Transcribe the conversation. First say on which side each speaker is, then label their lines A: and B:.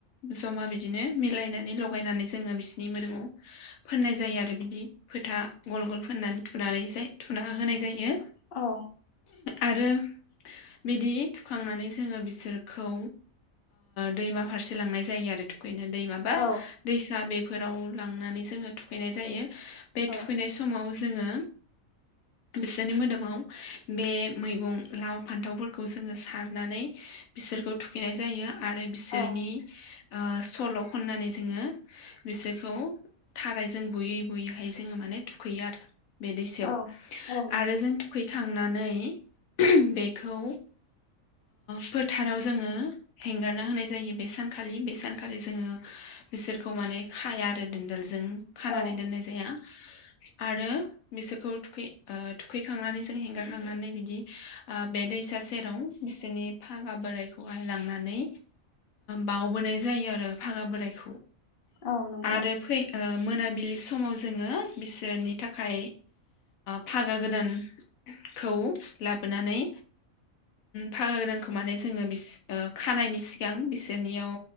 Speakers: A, on the left; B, on the left.
A: ज'मा बिदिनो मिलायनानै लगायनानै जोङो बिसिनि मोदोमाव फोननाय जायो आरो बिदि फोथा गल गल फोननानै थुनानैजाय थुना होनाय जायो।
B: औ
A: आरो बिदि थुखांनानै जोङो बिसोरखौ दैमा फारसे लांनाय जायो आरो। थुखैनो दै माबा
B: औ
A: दैसा बेफोराव लांनानै जोङो थुखैनाय जायो। बे
B: औ
A: थुखैनाय समाव जोङो बिसोरनि मोदोमाव बे मैगं लाव फान्थावफोरखौ जोङो सारनानै बिसोरखौ थुखैनाय जायो आरो बिसोरनि
B: औ
A: सल' खननानै जोङो बिसोरखौ थाराय जों बुयै बुयैहाय जोङो माने थुखैयो आरो बे दैसायाव
B: औ औ
A: आरो जों थुखैखांनानै बेखौ फोथाराव जोङो हेंगारना होनाय जायो बे सानखालि बे सानखालि जोङो बिसोरखौ माने खाया आरो दोनदालजों खानानै
B: औ
A: दोननाय जाया आरो। बिसोरखौ थुखै थुखैखांनानै जों हेंगार खांनानै बिदि बे दैसा सेराव बिसोरनि फागा बोरायखौहाय लांनानै बावबोनाय जायो आरो फागा बोरायखौ
B: औ नंगौ
A: आरो फै मोनाबिलि समाव जोङो बिसोरनि थाखाय फागा गोदानखौ लाबोनानै फागा गोदानखौ माने जोङो बिस खानायनि सिगां बिसोरनियाव